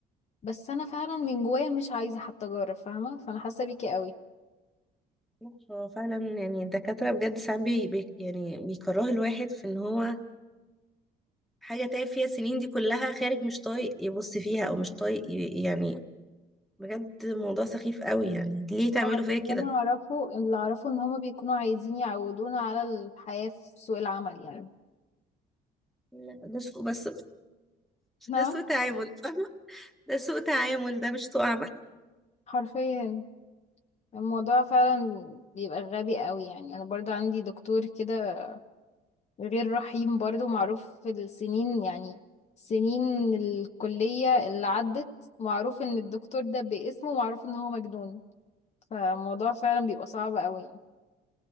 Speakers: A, on the left (about 40°); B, in the centre.
A: بس انا فعلا من جوايا مش عايزة حتى اجرب فاهمة فانا حاسة بيكي قوي
B: لا، هو فعلا يعني الدكاترة بجد ساعات بي بي- يعني بيكره الواحد في ان هو حاجة تعب فيها السنين دي كلها خارج مش طايق يبص فيها او مش طايق ي- يعني بجد موضوع سخيف قوي يعني ليه تعملوا
A: اللي
B: فيا كده
A: انا اعرفه اللي اعرفه ان هما بيكونوا عايزين يعودونا على الحياة في سوق العمل يعني
B: لا ده سوء بس
A: نعم
B: ده سوء تعامل فاهمة ده سوء تعامل ده مش سوء عمل
A: حرفيا الموضوع فعلا بيبقى غبي قوي يعني انا برضو عندي دكتور كده غير رحيم برضو معروف في السنين يعني سنين الكلية اللي عدت معروف ان الدكتور ده باسمه معروف ان هو مجنون فالموضوع فعلا بيبقى صعب قوي يعني.